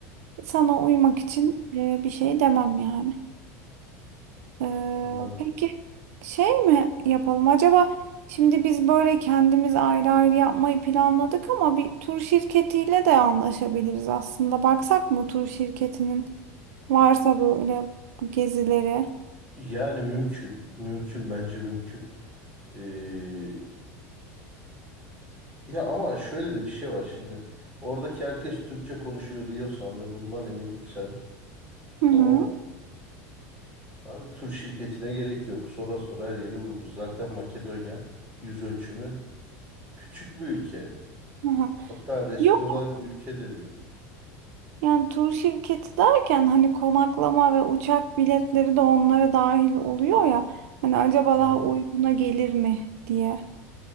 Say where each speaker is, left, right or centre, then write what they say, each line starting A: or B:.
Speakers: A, on the right; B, on the right.
A: Sana uymak için e, bir şey demem yani. Ee,
B: Anladım.
A: peki şey mi yapalım acaba? Şimdi biz böyle kendimiz ayrı ayrı yapmayı planladık ama bir tur şirketiyle de anlaşabiliriz aslında. Baksak mı tur şirketinin? Varsa böyle bu gezileri.
B: Yani mümkün. Mümkün bence mümkün. Ee, ya ama şöyle de bir şey var şimdi. Oradaki herkes Türkçe konuşuyor diyorsan ve bundan eminsen
A: Hı
B: tamam
A: hı.
B: mı? Abi tur şirketine gerek yok. Sonra sonra her yeri buluruz. Zaten Makedonya yüz ölçümü küçük bir ülke.
A: Aha.
B: Hatta resmi
A: Yok
B: olarak bir ülke de değil.
A: yani tur şirketi derken hani konaklama ve uçak biletleri de onlara dahil oluyor ya. Hani acaba
B: Hı hı.
A: daha uyguna gelir mi diye